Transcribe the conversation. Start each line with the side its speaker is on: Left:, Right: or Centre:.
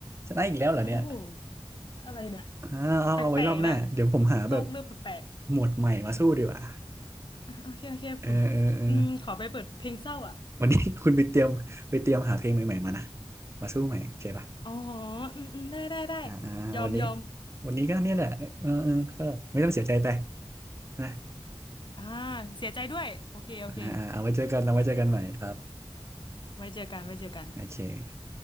Right: ชนะอีกแล้วเหรอเนี่ย
Left: โอ้โหอะไรเนี่ย
Right: อ่าเอาเอาไว้รอบหน้าเดี๋ยวผมหาแบบ
Left: แปลกๆแล้วโลกเริ่มแปลก
Right: หมวดใหม่มาสู้ดีกว่า
Left: ๆอ่ะโอเคโอเคผมอืมขอไปเปิดเพลงเศร้าอ่ะ
Right: เออเออเออวันนี้ <laughs> คุณไปเตรียมไปเตรียมหาเพลงใหม่ๆมานะ มาสู้ใหม่โอเคป่ะ
Left: อ๋ออืมอืมได้ได้ได้
Right: อ่าอ่าวันนี้
Left: ยอมยอม
Right: วันนี้ก็เนี่ยแหละเออเออก็ไม่ต้องเสียใจไปนะ
Left: อ่าเสียใจด้วยโอเคโอเค
Right: อ่าอ่าเอาไว้เจอกันเราไว้เจอกันใหม่ครับ
Left: ไว้เจอกันไว้เจอกัน
Right: โอเค